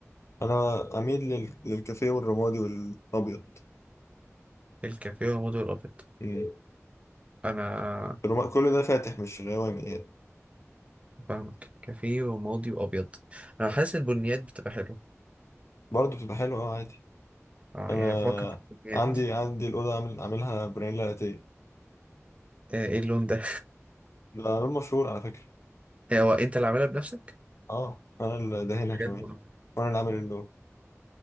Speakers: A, on the left (about 65°); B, on the right (about 25°).
A: انا اميل لل- للكافيه والرمادي والابيض
B: الكافيه وماضي والابيض
A: مم.
B: انا
A: الرما- كل ده فاتح مش غوامي يعني
B: فاهمك كافيه وماضي وابيض انا حاسس البنيات بتبقى حلوه
A: برضه بتبقى حلوه اه عادي
B: اه
A: انا
B: يعني بفكر في البنيات
A: عندي عندي الاوضه عامل عاملها برانيلا لاتيه
B: آه، ايه اللون ده
A: ده لون مشهور على فكره
B: <laughs> هو انت اللي عاملها بنفسك
A: اه انا اللي دهنها
B: بجد
A: كمان
B: والله
A: وانا اللي عامل اللون